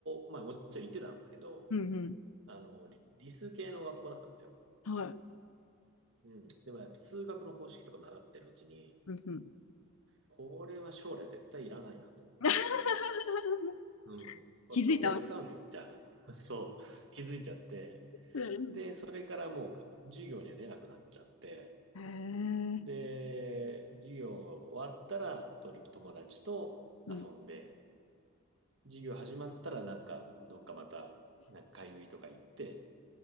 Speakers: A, on the right; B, on the left.
A: 校、まあもちろん行ってたんですけど、
B: うんうん。
A: あの、理、理数系の学校だったんですよ。
B: はい。
A: うん。でもやっぱ数学の公式とか習ってるうちに、
B: うんうん。
A: これは将来絶対いらないなと思って、
B: <laughs>
A: うん。これどこで使うねんみたいな。
B: 気づいたわ。
A: <laughs> そう。気づいちゃって。
B: うん
A: で、それからもう授業には出なくなっちゃって、
B: へえ。
A: で、授業が終わったらとり友達と遊んで、
B: うん。
A: 授業始まったらなんかどっかまたなんか買い食いとか行って、